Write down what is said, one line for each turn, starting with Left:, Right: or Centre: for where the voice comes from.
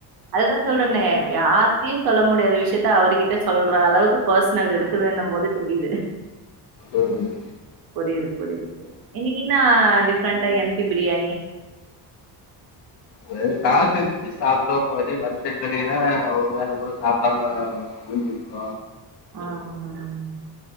Right: அதுதா சொல்றனே யார்டியு சொல்ல முடியாத விஷயத்த அவர்கிட்ட சொல்ற அளவுக்கு பர்சனல் இருக்குதுன்னு போது தெரியுது
Left: ம் ம்
Right: புரியுது புரியுது இன்னக்கு என்னா டிஃரெண்டா எம்டி பிரியாணி
Left: அதது காசுச்சு சாப்பிட்டோபோதே மண் செட்லினா ஒரு வேல கூட சாப்பிடாம விழஞ்சிருக்கு
Right: ம் ம்